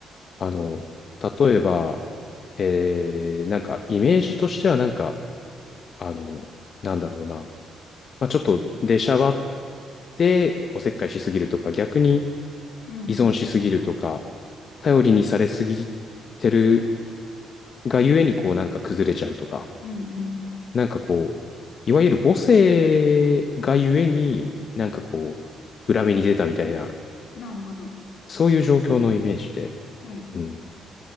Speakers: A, on the left; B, on the left.
A: あの、例えば、えー、なんかイメージとしてはなんか、あの、なんだろうな。まあ、ちょっと出しゃばっておせっかいしすぎるとか、逆に
B: うん。う
A: 依存しすぎるとか、
B: ん。
A: 頼りにされすぎてるがゆえにこうなんか崩れちゃうとか、
B: うん。うん
A: なんかこう、いわゆる母性がゆえになんかこう、裏目に出たみたいな、
B: なるほど。
A: そういう状況のイメージで。
B: はい。
A: うん。